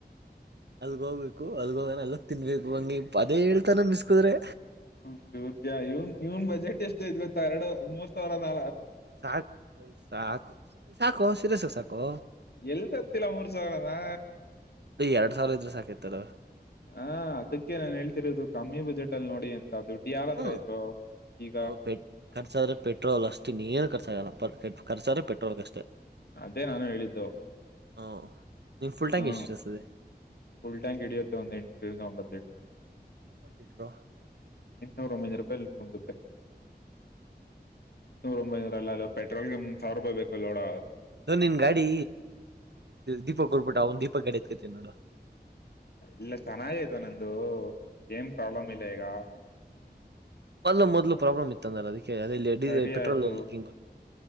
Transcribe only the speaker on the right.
ಅದ ಹೋಗ್ಬೇಕ ಅದೋಗ ಅಲ್ಲಕ್ ತಿನ್ಬೇಕು ಬಂಗಿ ಅದೇ ಹೇಳ್ತಾನನ್ನಿಸಸ್ಕುದ್ರೆ
ಸಾಕು ಸಾಕು ಸಾಕು ಸಿರೆ ಸಾಕು ಸಾಕು
ಎರಡ್ ಸಾವಿರ ಇದ್ರೆ ಸಾಕಿತ್ತದ
ಹ್ಮ
ನಾವು ಪೆ ಖರ್ಚಾದ್ರೆ ಪೆಟ್ರೋಲ್ ಅಷ್ಟತಿ ನೀರ್ ಖರ್ಚ ಆಾಗಲ್ಲಪ್ಪರ್ ಕರ್ಚಾರೆ ಪೆಟ್ರೋಲ್ ಕಷ್ಟೆ
ಹ ನಿಮ್ ಫುಲ್ ಟ್ಯಾಂ್
ಎಷ್ಟು್ತದೆ
ಒಂಬತ್ತು ಲೀಟರು
ನ ನಿನ್ ಗಾಡಿ ದೀಪಕ್ ಕೊಡ್ಬಿಟ್ಟ ಅವನ್ ದೀಪಕ್ ಗಾಡಿ ಎತ್ಕತನ್ ನೋಡು.
ಮೊದಲು ಮದಲು ಪ್ರಾಬ್ಲಮ್ ಇತ್ತು ಅಂದ್ರ ಅದಕ್ಕೆ ಅಲ್ಲಿ ಡ
ಪೆಟ್ರೋಲ್
ಲೀಕಿಂಗ್